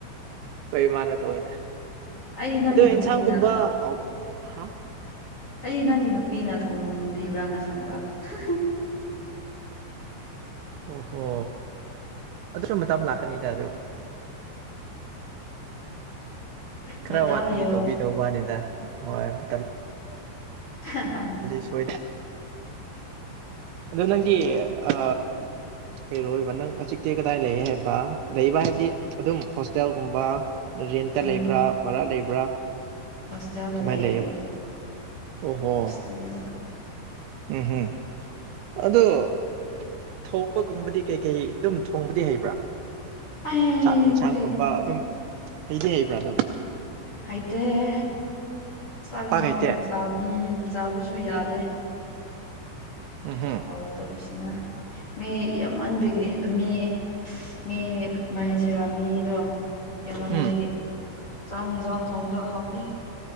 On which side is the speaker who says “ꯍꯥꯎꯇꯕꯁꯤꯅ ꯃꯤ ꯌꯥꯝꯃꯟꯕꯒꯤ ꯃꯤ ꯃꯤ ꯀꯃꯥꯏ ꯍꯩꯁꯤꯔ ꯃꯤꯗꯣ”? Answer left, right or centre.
Left